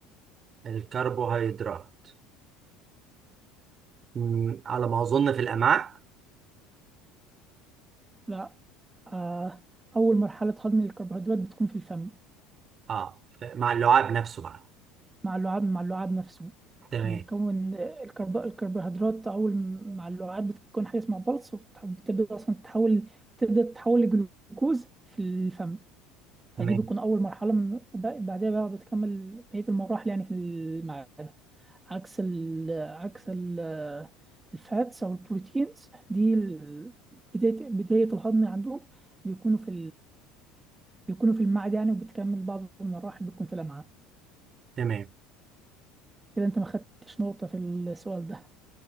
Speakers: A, on the right; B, on the right.
A: الكربوهيدرات مم، على ما اظن في الامعاء
B: لا آه، أول مرحلة هضم الكربوهيدرات بتكون في الفم
A: اه ف- مع اللعاب نفسه بقى
B: مع اللعاب مع اللعاب نفسه
A: تمام
B: بيكون آه، الكرب... الكربوهيدرات أول م- مع اللعاب بتكون حاجة اسمها بلس وبتبدأ أصلا تتحول تبدأ تتحول لجلوكوز في الفم فدي
A: تمام
B: بتكون أول مرحلة من وب- بعدها بقى بتكمل بقية المراحل يعني في المعدة عكس ال... عكس ال... آه، الفاتس أو البروتينز دي ال... بداية بداية الهضم عندهم بيكونوا في بيكونوا في المعاد يعني وبتكمل بعض المراحل بتكون في الأمعاء
A: تمام
B: كده أنت ما خدتش نقطة في السؤال ده